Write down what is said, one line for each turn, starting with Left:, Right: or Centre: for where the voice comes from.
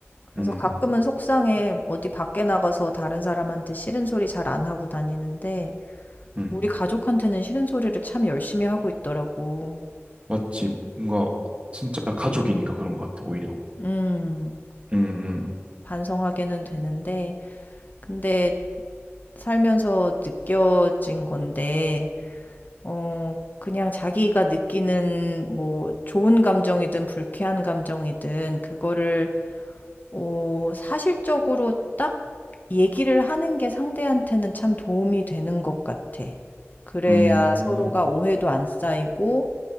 Left: 그래서
Right: 음,
Left: 가끔은 속상해. 어디 밖에 나가서 다른 사람한테 싫은 소리 잘 안 하고 다니는데,
Right: 음.
Left: 우리 가족한테는 싫은 소리를 참 열심히 하고 있더라고.
Right: 맞지. 뭔가 진짜 가족이니까 그런 것 같아, 오히려.
Left: 음,
Right: 음,
Left: 반성하게는 되는데, 근데 살면서 느껴진 건데, 어, 그냥 자기가 느끼는 뭐 좋은 감정이든 불쾌한 감정이든 그거를 어 사실적으로 딱 얘기를 하는 게 상대한테는 참 도움이 되는 것 같아. 그래야
Right: 음.
Left: 서로가
Right: 음,
Left: 오해도 안 쌓이고,